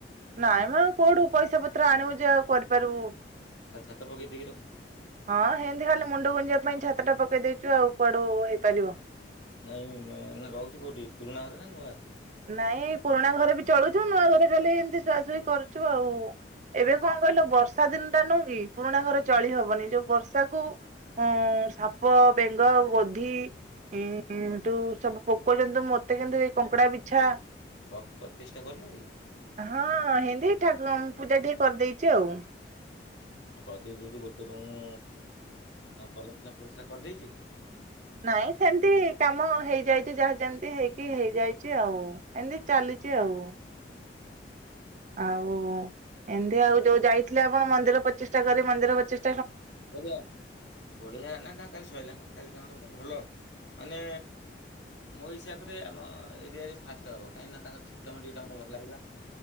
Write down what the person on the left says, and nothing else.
ଖାଲି ଛାତ ପକେଇ ଦେଇକି ରଖିଛୁ
ନାଇଁ ରହୁଛୁ କୋଉଠି ପୁରୁଣା ଘରେ ନା ନୂଆ ରେ?
ହୁଁ
ପ- ପଚିଶଟା କରିନୁ କି
ଆଉ କହିଦେଇ ଯଦି ଗୋଟେ ରୁମୁ ପଲସ୍ରା ଫଲସ୍ରା କରିଦେଇଛୁ?
ଆ ପଢିଆ ନାଇ ତାଙ୍କ କାଲି ସରିଲା ନା, କାଲି ତାଙ୍କାର ହେଲା ଭଲ । ମାନେ ମୋ ହିସାବରେ ଆମ ଏରିଆରେ ଫାଷ୍ଟ ହବ, କାହିଁକିନା ତାଙ୍କର <unintelligible> ଭଲ ଲାଗିଲା।